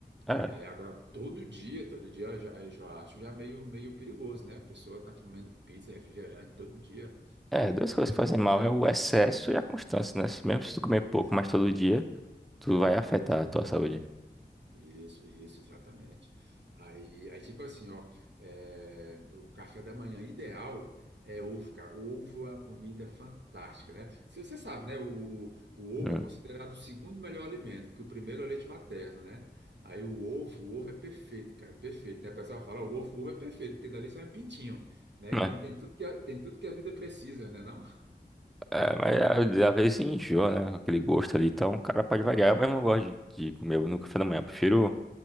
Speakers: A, in the centre; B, on the right.
A: É,
B: É, agora todo dia, todo dia eu já, eu já acho já meio, meio perigoso, né? A pessoa tá comendo pizza, refrigerante todo dia.
A: é, duas coisas
B: É,
A: que fazem mal é o excesso e a constância, né? Se- Mesmo se tu comer
B: Isso.
A: pouco, mas todo dia, tu vai afetar
B: Isso.
A: a tua saúde.
B: Isso, isso, exatamente. Aí, aí tipo assim, ó, é, o café da manhã ideal é ovo, cara. Ovo é uma comida fantástica, né? Você você sabe, né? O, o, o ovo
A: Hum.
B: é considerado o segundo melhor alimento, porque o primeiro é o leite materno, né? Aí o ovo, o ovo é perfeito, cara, perfeito, né? O pessoal fala, "Ó, o ovo, o ovo é perfeito, porque dali sai um pintinho, né?
A: Né?
B: Então tem tudo que a, tem tudo que a vida precisa, né, não?
A: É, É, mas é, às vezes enjoa, né? Aquele gosto ali. Então, o cara pode variar. Eu mesmo não gosto de, de comer no café da manhã. Eu prefiro